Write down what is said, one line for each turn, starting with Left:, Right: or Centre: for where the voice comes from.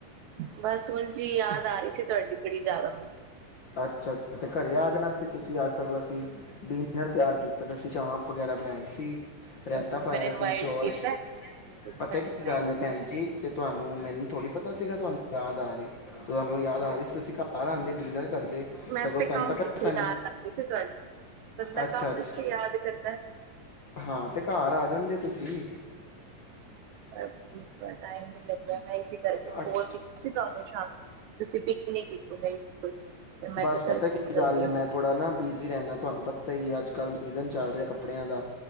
Right: ਬਸ ਉਂਜ ਈ ਯਾਦ ਆ ਰਈ ਸੀ ਤੁਆਡੀ ਬੜੀ ਜਾਦਾ ਮੈਨੂੰ।
Left: ਅੱਛਾ ਤੇ ਘਰੇ ਆ ਜਾਨਾ ਸੀ ਤੁਸੀਂ ਅੱਜ ਸਗੋਂ ਅਸੀਂ ਡਿਨਰ ਤਿਆਰ ਕੀਤਾ ਤੇ ਅਸੀ ਚਾਂਪ ਵਗੈਰਾ ਬਨਾਈ ਸੀ। ਰੈਤਾ
Right: ਤੁਸੀਂ
Left: ਪਾਇਆ
Right: ਮੈਨੂੰ
Left: ਸੀ
Right: ਇਨਵਾਈਟ
Left: ਚੌਲ,
Right: ਕੀਤਾ ਤੁਸੀਂ
Left: ਪਤਾ
Right: ਮੈਨੂੰ
Left: ਕੀ
Right: ਇਨਵਾਈਟ
Left: ਗੱਲ
Right: ਕੀਤਾ।
Left: ਏ ਭੈਨ ਜੀ ਤੇ ਤੁਆਨੂੰ ਮੈਨੂੰ ਥੋੜੀ ਪਤਾ ਸੀਗਾ ਤੁਆਨੂੰ ਯਾਦ ਆ ਰਈ, ਤੁਆਨੂੰ ਯਾਦ ਆ ਰਈ ਸੀ ਤੁਸੀਂ ਘਰ ਆਂਦੇ ਡਿਨਰ ਕਰਦੇ
Right: ਮੈਂ
Left: ਸਗੋਂ
Right: ਤੇ
Left: ਸਾਨੂੰ
Right: ਕੰਮ
Left: ਪਤਾ
Right: ਪਿੱਛੇ
Left: ਸਾਨੂੰ,
Right: ਯਾਦ ਆ ਰਹੀ ਸੀ ਤੁਹਾਡੀ ਬੰਦਾ
Left: ਅੱਛਾ-ਅੱਛਾ।
Right: ਕੰਮ ਪਿੱਛੇ ਯਾਦ ਕਰਦਾ
Left: ਹਾਂ, ਤੇ ਘਰ ਆ ਜਾਂਦੇ ਤੁਸੀਂ।
Right: <unintelligible> ਟਾਈਮ ਨੀ ਲੱਗੇਆ ਮੈਂ ਇਸੀ ਕਰਕੇ
Left: ਅੱਛ-
Right: ਕੋਲ ਕੀਤੀ ਸੀ ਤੁਆਨੂੰ। ਸ਼ਾਮ ਨੂੰ ਤੁਸੀਂ ਪਿਕ ਨੀ ਕੀਤੀ ਮੇਰੀ ਕੋਲ, ਮੈਂ
Left: ਬਸ
Right: ਕਿਆ
Left: ਪਤਾ
Right: ਚੱਲ
Left: ਕੀ
Right: ਹੁਨ ਕਰਦੀ
Left: ਗੱਲ ਹੈ
Right: ਆਂ।
Left: ਮੈਂ ਥੋੜਾ ਨਾ ਬਿਜ਼ੀ ਰੈਨਾ ਤੁਆਨੂੰ ਪਤਾ ਈ ਐ ਅੱਜ-ਕੱਲ ਸੀਜ਼ਨ ਚੱਲ ਰਿਆ ਕੱਪੜੇਆਂ ਦਾ।